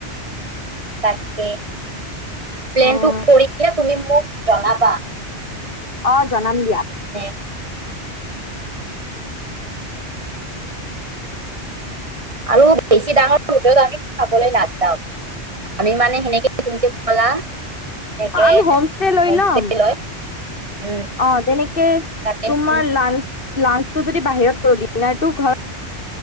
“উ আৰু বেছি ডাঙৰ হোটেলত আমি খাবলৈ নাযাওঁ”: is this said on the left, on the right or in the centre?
Right